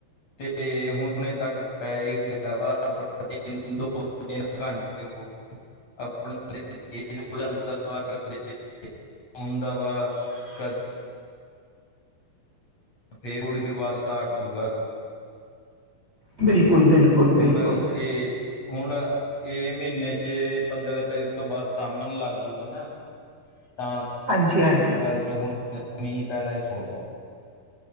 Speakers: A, on the left; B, on the right.
A: ਤੇ ਹੁਣ ਹਣੇ ਤੱਕ ਪੈ ਲਿਆ ਵਾ ਦੋ- ਤਿੰਨ ਘੰਟੇ <unintelligible> ਤੇਜ਼ ਹੋ ਜਾਂਦਾ ਵਾ ਕਦੇ ਹੁੰਦਾ ਵਾ ਕਦੇ ਫੇਰ ਥੋੜੀ ਦੇਰ ਬਾਅਦ ਸਟਾਰਟ ਹੋਜੂਗਾ।
B: ਬਿਲਕੁਲ ਬਿਲਕੁਲ ਬਿਲਕੁਲ
A: ਹੁਣ ਇਹ, ਹੁਣ ਇਹ ਮ੍ਹੀਨੇ 'ਚ ਪੰਦਰਾਂ ਤਰੀਕ ਤੋਂ ਬਾਅਦ ਸਾਮਣ ਲੱਗ ਜੂਗਾ ਨਾ। ਤਾਂ
B: ਹਾਂਜੀ-ਹਾਂਜੀ।
A: ਕਲ ਕੇ ਹੁਣ ਮੀਂਹ ਪੈਣਾ ਸੋ ਗਿਆ।